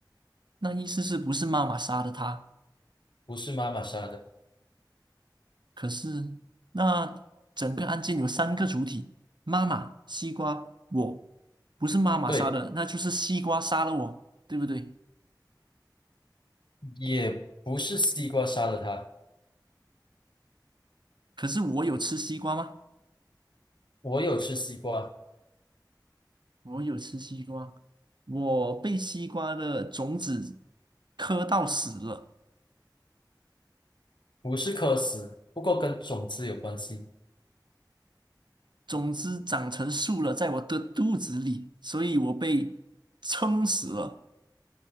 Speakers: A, on the right; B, on the left.
A: 那意思是不是妈妈杀的他？
B: 不是妈妈杀的，
A: 可是那整个案件有三个主体：妈妈、西瓜、我。不是妈妈杀的，
B: 对，
A: 那就是西瓜杀了我，对不对？
B: 也不是西瓜杀了他。
A: 可是我有吃西瓜吗？
B: 我有吃西瓜。
A: 我有吃西瓜，我被西瓜的种子磕到死了，
B: 不是渴死，不过跟种子有关系。
A: 种子长成树了，在我的肚子里，所以我被撑死了。